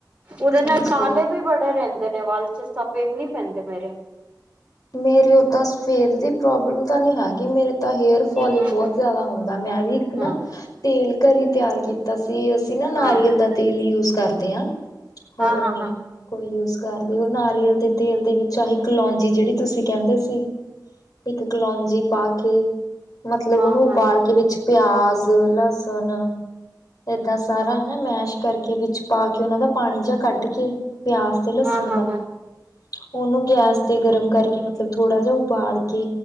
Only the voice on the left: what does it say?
ਅੱਛਾ
ਜੀ।
ਮੇਰੇ ਓਦਾ ਸ ਸਫੇਦ ਦੀ ਪ੍ਰੋਬਲਮ ਤਾਂ ਨੀ ਹੈਗੀ ਮੇਰੇ ਤਾਂ ਹੇਅਰ ਫੋਲ ਹੀ
ਬੋਤ ਜਾਦਾ ਹੁੰਦਾ ਮੈਂ ਵੀ ਇੱਕ ਨਾ
ਤੇਲ ਘਰੀ ਤਿਆਰ ਕੀਤਾ ਸੀ ਅਸੀਂ ਨਾ ਨਾਰੀਅਲ
ਦਾ ਤੇਲ ਯੂਜ ਕਰਦੇ ਆਂ ਹੋਰ
ਨੀ। ਕੋਈ ਯੂਜ ਕਰਦੇਓ ਨਾਰੀਅਲ ਦੇ ਤੇਲ ਦੇ ਵਿੱਚ ਆਹੀ ਕਲੋਂਜੀ ਜੇੜੀ ਤੁਸੀਂ ਕੈਂਦੇ ਸੀ ਇੱਕ ਕਲੋਂਜੀ ਪਾ ਕੇ ਮਤਲਬ
ਓਨੂੰ
ਉਬਾਲ
ਕੇ ਵਿੱਚ ਪਿਆਜ, ਲਸਣ ਏਦਾਂ ਸਾਰਾ। ਨਾ ਮੈਸ਼ ਕਰਕੇ ਵਿੱਚ ਪਾ ਕੇ ਓਨਾਂ ਦਾ ਪਾਣੀ ਜੇਆ ਕੱਢ ਕੇ ਪਿਆਸ <unintelligible> ਲਸਣ
ਦਾ
ਉਨੂੰ ਗੈਸ ਤੇ ਗਰਮ ਕਰ ਕੇ ਮਤਲਬ ਥੋੜਾ ਜਾ ਉਬਾਲ ਕੇ।